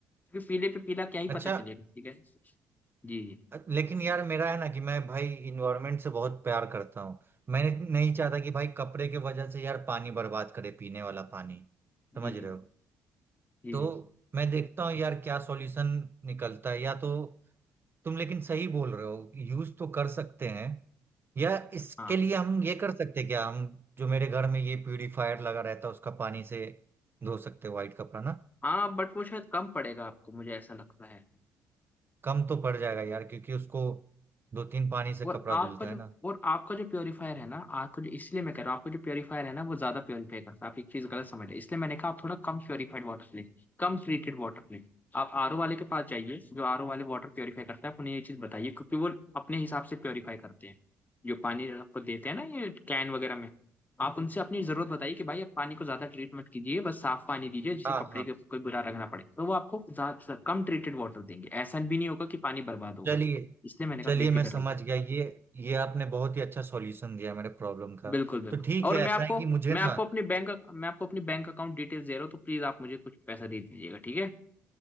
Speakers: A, on the left; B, on the right.
A: क्योंकि पीले पे पीला क्या ही पता
B: अच्छा
A: चलेगा ठीक है जी
B: लेकिन यार मेरा है ना कि मैं भाई इन्वायरमेंट से बहुत प्यार करता हूँ मैं नहीं चाहता कि भाई कपड़े के वजह से यार पानी बर्बाद करे पीने वाला पानी समझ
A: जी जी
B: रहे हो
A: जी
B: तो मैं देखता हूँ यार क्या सॉल्यूशन निकलता है या तो तुम लेकिन सही बोल रहे हो यूज तो कर सकते हैं या इसके
A: हाँ
B: लिए हम ये कर सकते हैं क्या हम जो मेरे घर में ये प्यूरिफायर लगा रहता है उसका पानी से धो सकते हैं व्हाइट कपड़ा ना
A: हाँ बट वो शायद कम पड़ेगा आपको मुझे ऐसा लगता है
B: कम तो पड़ जाएगा यार क्योंकि उसको दो तीन पानी से
A: और
B: कपड़ा
A: आपका
B: धुलता
A: जो
B: है ना
A: और आपका जो प्योरीफायर है ना आपको जो इसलिए मैं कह रहा हूँ आपको जो प्योरीफायर है ना वो ज्यादा प्योरीफाई करता है आप एक चीज गलत समझ रहे हैं इसलिए मैंने कहा आप थोड़ा कम प्योरीफाइड वाटर लें कम ट्रीटेड वाटर लें आप आरओ वाले के पास जाइए जो आरओ वाले वाटर प्योरीफाई करता है आप उन्हें ये चीज बताइए क्योंकि वो अपने हिसाब से प्योरीफाई करते हैं जो पानी आपको देते हैं ना ये कैन वगैरह में आप उनसे अपनी जरूरत बताइए कि भाई आप पानी को ज्यादा ट्रीट मत कीजिए बस साफ पानी दीजिए जिसे
B: हाँ
A: कपड़े
B: हाँ
A: के कोई बुरा रखना पड़े तो वो आपको ज्यादा- कम ट्रीटेड वाटर देंगे ऐसा भी नहीं होगा कि पानी बर्बाद होगा
B: चलिए
A: इसलिए मैंने
B: चलिए
A: कहा बेफिक्र
B: मैं समझ
A: रहिए।
B: गया ये ये आपने बहुत ही अच्छा सॉल्यूशन दिया मेरे प्रॉब्लम का
A: बिल्कुल बिल्कुल
B: तो ठीक
A: और
B: है
A: मैं
B: ऐसा
A: आपको
B: है कि मुझे
A: मैं आपको
B: ना
A: अपनी बैंक मैं आपको अपनी बैंक अकाउंट डिटेल्स दे रहा हूँ तो प्लीज आप मुझे कुछ पैसा दे दीजिएगा ठीक है